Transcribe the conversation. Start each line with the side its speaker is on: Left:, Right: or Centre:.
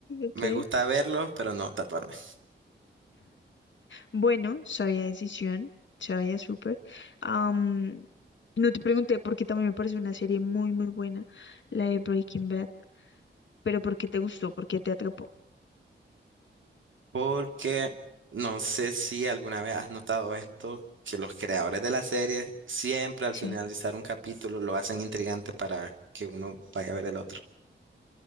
Left: ok.
Right: Me gusta verlos, pero no tatuarme.
Left: Bueno, sabia decisión. Sabia súper. Am, no te pregunté porque también me pareció una serie muy, muy buena, la de Breaking Bad. Pero ¿por qué te gustó? ¿Por qué te atrapó?
Right: Porque no sé si alguna vez has notado esto, que los creadores de la serie siempre al
Left: Sí.
Right: finalizar un capítulo lo hacen intrigante para que uno vaya a ver el otro.